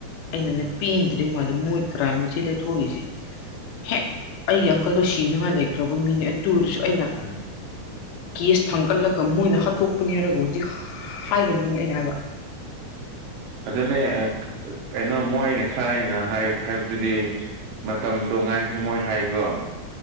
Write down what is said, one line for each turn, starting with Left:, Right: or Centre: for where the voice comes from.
Left: ꯑꯩꯅꯅꯦ
Right: ꯎꯝ
Left: ꯄꯦꯟꯗ꯭ꯔꯤ ꯃꯥꯜꯂꯦ ꯃꯣꯏ ꯀ꯭ꯔꯥꯏꯝ ꯁꯤꯗ ꯊꯣꯛꯏꯁꯦ ꯍꯦꯛ ꯑꯩꯒꯤ ꯑꯪꯀꯜꯗꯣ ꯁꯤ ꯅꯉꯥꯏ ꯂꯩꯈ꯭ꯔꯕ ꯃꯤꯅꯦ ꯑꯇꯨꯔꯁꯨ ꯑꯩꯅ
Right: ꯎꯝ
Left: ꯀꯦꯁ ꯊꯥꯡꯒꯠꯂꯒ ꯃꯣꯏꯅ ꯍꯥꯠꯇꯣꯛ ꯄꯨꯅꯤ ꯍꯥꯏꯔꯒꯕꯨꯗꯤꯛ ꯍꯥꯏꯔꯝꯒꯅꯤ ꯑꯩꯅ ꯍꯥꯏꯕ
Right: ꯑꯗꯨꯅꯦ ꯑꯥ ꯀꯩꯅꯣ ꯃꯣꯏ ꯉꯁꯥꯏꯅ ꯍꯥꯏ ꯍꯥꯏꯕꯗꯨꯗꯤ ꯃꯇꯝꯗꯣ ꯉꯥꯏꯁꯤ ꯃꯣꯏ ꯍꯥꯏꯒꯣ ꯫